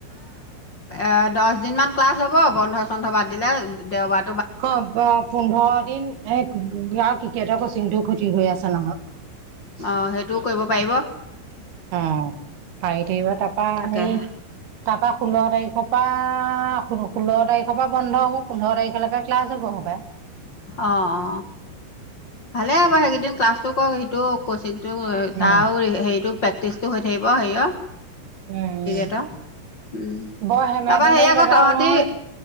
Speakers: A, on the left; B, on the right.
A: এ দহ দিনমান ক্লাছ হ'ব বন্ধ চন্ধ বাদ দিলে দেওবাৰ
B: অ পোন্ধৰ দিন এক ৰা কি তেহতক চিটোও ক্ষতি হৈ আছে নহয়
A: অ সেইটোও কৰিব পাৰিব
B: অ আহি থাকিব তাৰাপা
A: তাকেহে
B: সেই তাৰ পৰা ষোল্ল তাৰিখৰ পৰা ষোল্ল তাৰিখৰ পৰা বন্ধ হব পোন্ধৰ তাৰিখলৈকে ক্লাছ হ'ব। ক'বাই
A: অ অ ভালেই আ বাৰ সেইকেইদিন ক্লাছটো কৰক সিটোও কৈছ টো
B: উম
A: তাৰ হেৰিতটো প্ৰেক্টিচটো হৈ থাকিব হেয়
B: উম
A: তাৰপৰা
B: বৰ হেমে ধেমে
A: সেই আকৌ
B: জেগাও
A: তহতি
B: নহয়